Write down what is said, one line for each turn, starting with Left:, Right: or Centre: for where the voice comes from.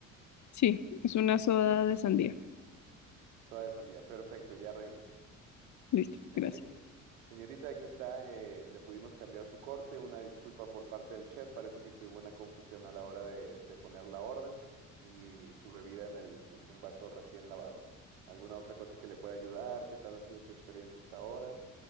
Left: Sí, es una soda de sandía.
Right: Soda de sandía, perfecto, ya regreso.
Left: Listo,
Right: Señorita.
Left: gracias.
Right: Señorita, aquí está. eh, le pudimos cambiar su corte. Una disculpa por parte del chef. Parece que sí hubo una confusión a la hora de, de poner la orden y su bebida en el, en un vaso recién lavado. ¿Alguna otra cosa que le pueda ayudar? ¿Qué tal ha sido su experiencia hasta ahora?